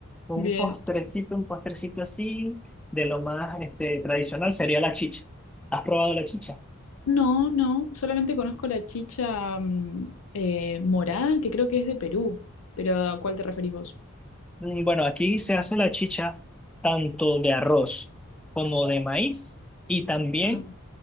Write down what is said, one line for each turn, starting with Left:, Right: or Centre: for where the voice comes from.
Centre: Un
Left: <laughs> Bien,
Centre: postrecito, un postrecito así, de lo más este, tradicional sería la chicha. ¿Has probado la chicha?
Left: No, no, solamente conozco la chicha mm, eh, morada, que creo que es de Perú, pero ¿a cuál te referís vos?
Centre: Mm, Bueno, aquí se hace la chicha tanto de arroz como de maíz y también
Left: Ah.